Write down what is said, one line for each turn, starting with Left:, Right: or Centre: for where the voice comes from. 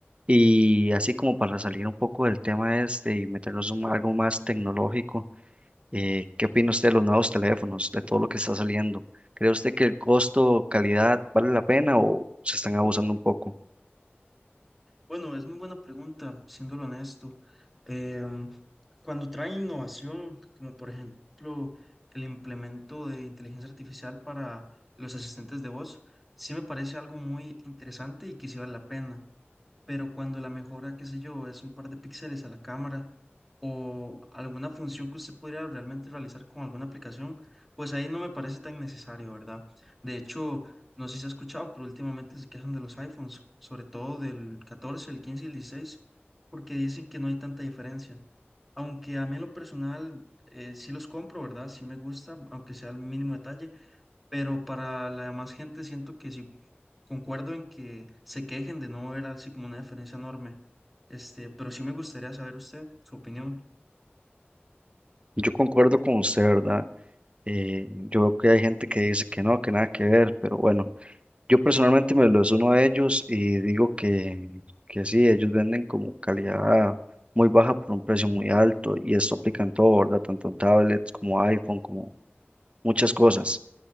Right: Y así como para salir un poco del tema este y meternos en algo más tecnológico. Eh, ¿qué opina usted de los nuevos teléfonos, de todo lo que está saliendo? ¿Cree usted que el costo, calidad, vale la pena o se están abusando un poco?
Centre: Bueno, es muy buena pregunta, siéndolo honesto. Em, cuando trae innovación, como por ejemplo el implemento de inteligencia artificial para los asistentes de voz, sí me parece algo muy interesante y que sí vale la pena pero cuando la mejora, qué sé yo, es un par de píxeles a la cámara o alguna función que usted pudiera realmente realizar con alguna aplicación, pues ahí no me parece tan necesario, ¿verdad? De hecho, no sé si se ha escuchado, pero últimamente se quejan de los iPhones, sobre todo del 14, el 15 y el 16, porque dicen que no hay tanta diferencia. Aunque a mí en lo personal eh, sí los compro, ¿verdad? Sí me gusta, aunque sea el mínimo detalle, pero para la demás gente siento que sí concuerdo en que se quejen de no ver así como una diferencia enorme. Este, pero sí me gustaría saber usted su opinión.
Right: Yo concuerdo con usted, ¿verdad? Eh, yo veo que hay gente que dice que no, que nada que ver, pero bueno, yo personalmente me lo uno a ellos y digo que, que sí, ellos venden como calidad muy baja por un precio muy alto y esto aplica en todo, ¿verdad? Tanto en tablets como iPhone, como muchas cosas.